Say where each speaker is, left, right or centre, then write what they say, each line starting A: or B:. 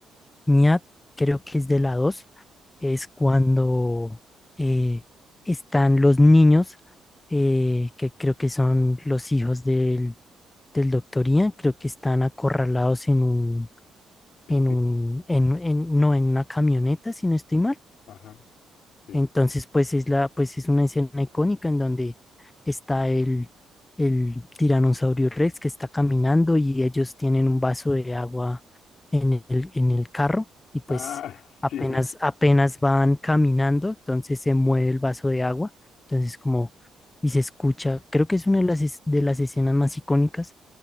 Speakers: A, on the left (about 20°); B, on the left (about 75°).
A: mía, creo que es de la 2, es cuando eh, están los niños, eh, que creo que son los hijos del del doctor Ian, creo que están acorralados en un,
B: Edificio.
A: en un, en, en- no en una camioneta, si no estoy mal.
B: Ajá, sí.
A: Entonces, pues es la, pues es una escena icónica en donde está el, el tiranosaurio Rex que está caminando y ellos tienen un vaso de agua en el, en el carro y pues
B: Ah, <laughs>
A: apenas,
B: sí,
A: apenas van caminando, entonces se mueve el vaso de agua, entonces como, y se escucha, creo que es una de las, es- de las escenas más icónicas